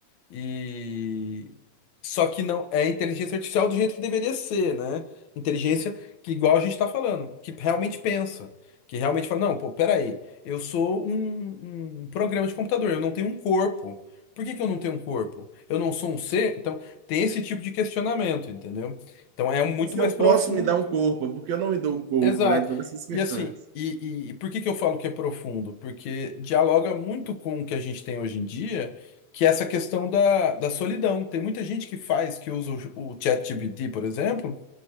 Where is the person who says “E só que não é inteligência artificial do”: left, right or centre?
Left